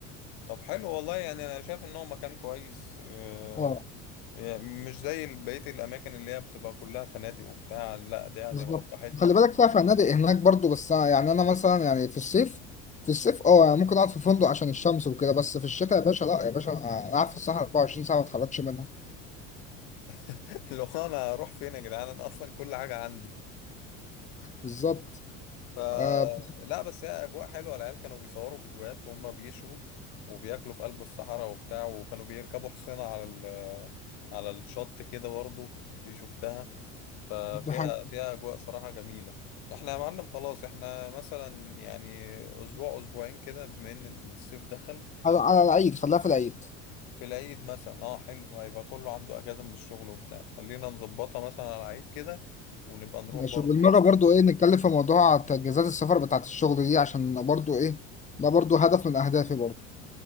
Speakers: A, on the left; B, on the left.
A: طب حلو والله يعني أنا شايف إن هو مكان كويس آه،
B: اه
A: يعني مش زي بقية الأماكن اللي هي بتبقى كلها فنادق وبتاع لا دي هتبقى
B: بالظبط
A: براحتنا
B: خلي بالك فيها فنادق هناك برضو بس أنا يعني أنا مثلا يعني في الصيف في الصيف اه يعني ممكن أقعد في فندق عشان الشمس وكده بس في الشتاء يا باشا لا يا باشا أنا قاعد في الصحراء 24 ساعة ما اتحركش منها
A: <laughs> لو أنا أروح فين يا جدعان أنا أصلا كل حاجة عندي
B: بالظبط
A: ف
B: آه
A: لا بس هي اجواء حلوه العيال كانوا بيصوروا فيديوهات وهم بيشوا وبياكلوا في قلب الصحراء وبتاع وكانوا بيركبوا حصينه على ال... على الشط كده برضه دي شفتها ففيها
B: دي حاجة
A: فيها اجواء صراحه جميله احنا يا معلم خلاص احنا مثلا يعني اسبوع اسبوعين كده بما ان الصيف دخل
B: على على العيد خليها في العيد
A: في العيد مثلا اه حلو هيبقى كله عنده اجازه من الشغل وبتاع خلينا نظبطها مثلا على العيد كده ونبقى نروح
B: ماشي
A: برضه
B: وبالمرة برضو ايه نتكلم في موضوع تجهيزات السفر بتاعت الشغل دي عشان برضو ايه ده برضو هدف من اهدافي برضو